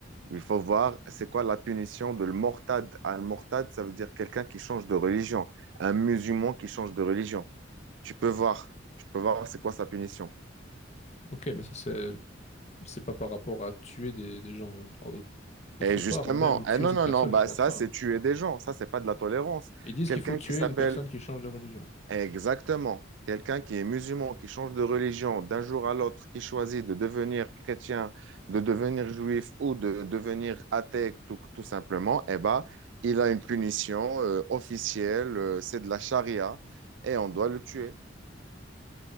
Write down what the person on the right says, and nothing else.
Il faut voir, c'est quoi la punition de le mortad? Al mortad, ça veut dire quelqu'un qui change de religion, un musulman qui change de religion. Tu peux voir, tu peux voir, c'est quoi sa punition.
Et justement,
eh non,
non,
non, bah,
ça,
c'est
tuer des gens. Ça, c'est pas de la tolérance.
Quelqu'un
qui s'appelle,
Exactement. Quelqu'un qui est musulman, qui change de religion d'un jour à l'autre, qui choisit de devenir chrétien, de devenir juif ou de devenir athée tout, tout simplement, eh ben, il a une punition euh, officielle, euh, c'est de la charia et on doit le tuer.